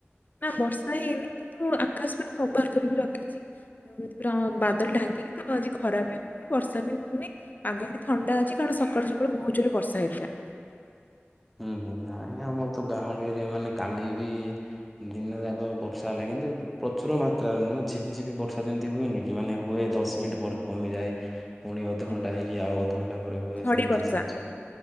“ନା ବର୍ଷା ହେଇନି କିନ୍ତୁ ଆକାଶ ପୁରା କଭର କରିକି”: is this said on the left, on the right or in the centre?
Left